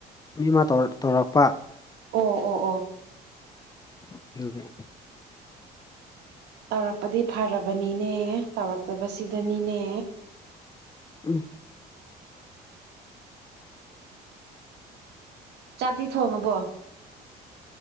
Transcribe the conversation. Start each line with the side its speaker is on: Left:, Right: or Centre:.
Left: ꯃꯤ ꯑꯃ ꯇꯧ ꯇꯧꯔꯛꯄ
Right: ꯑꯣ ꯑꯣ ꯑꯣ
Left: <unintelligible>
Right: ꯇꯧꯔꯛꯄꯗꯤ ꯐꯔꯕꯅꯤꯅꯦ ꯇꯧꯔꯛꯇꯕꯁꯤꯗꯅꯤꯅꯦ
Left: ꯎꯝ
Right: ꯆꯥꯛꯇꯤ ꯊꯣꯡꯉꯕꯣ